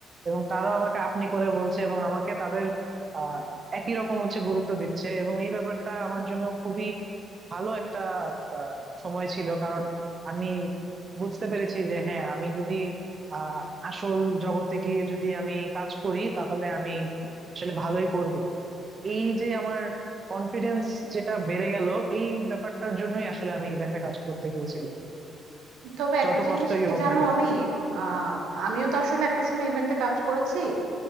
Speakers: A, on the right (about 40°); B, on the right (about 85°).
A: এবং তারাও আমাকে আপনি করে বলছে এবং আমাকে তাদের আহ একই রকম হচ্ছে গুরুত্ব দিচ্ছে এবং এই ব্যাপারটা আমার জন্য খুবই ভালো একটা আহ, সময় ছিল কারণ আমি বুঝতে পেরেছি যে হ্যাঁ আমি যদি আহ আসল জগতে গিয়ে যদি আমি কাজ করি তাহলে আমি আসলে ভালোই করব এই যে আমার কনফিডেন্স যেটা বেড়ে গেল এই ব্যাপারটার জন্যই আসলে আমি ইভেন্টে কাজ করতে গিয়েছিলাম
B: তবে
A: যত
B: একটা জিনিস
A: কষ্টই
B: কি
A: হোক
B: জানো
A: না কেন
B: আমি আহ আমিও তো আসলে একটা সময় ইভেন্টে কাজ করেছি।